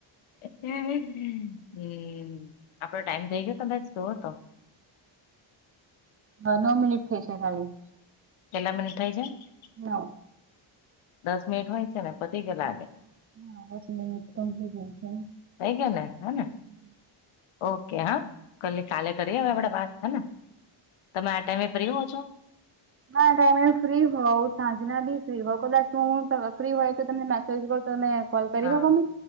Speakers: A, on the left; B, on the right.
A: હમ હમ હમ આપડો ટાઈમ થઇ ગયો તો બેન જોવ તો
B: હ નવ મનિટ થ ઈશે ખાલી
A: કેટલા મિનિટ થાય છે
B: નવ
A: દસ મનિટ હોય છે ને પતી
B: હા
A: ગયા લાગે
B: હાલી <unintelligible>
A: થઈ ગયા ને હે ને ઓકે હા કાલી કાલે કરી હ આપડે વાત હે ને તમે આ ટાઈમે ફ્રી હો છો
B: ના ટાઈમે એ ફ્રી હોઉ સાંજના બી ફ્રી હોઉ કદાચ હું ફ્રી હોય તો તમને થી તમેને કોલ કરી
A: હા
B: હો મ